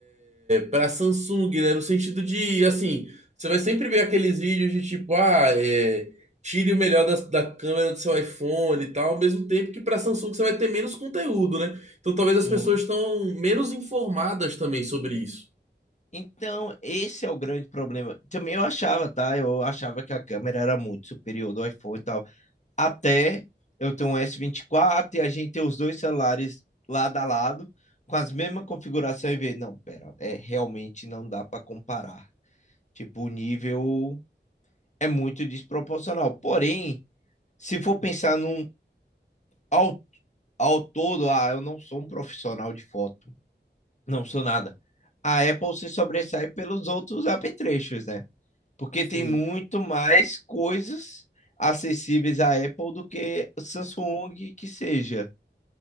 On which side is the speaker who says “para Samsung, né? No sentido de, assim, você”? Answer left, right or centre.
Right